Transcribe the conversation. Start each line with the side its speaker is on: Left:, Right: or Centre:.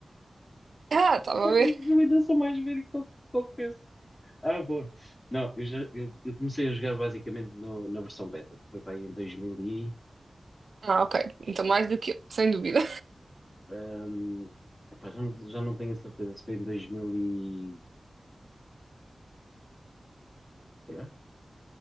Right: Ah, estava a ver.
Left: Eu, eu ainda sou mais velho que qualquer Ah, boa. Não, eu já eu, eu comecei a jogar basicamente no- na versão beta. Foi para aí em 2000 e...
Right: Ah, ok. Então mais do que eu, sem dúvida.
Left: hum, epá, já não, já não tenho a certeza se foi em 2009, se calhar.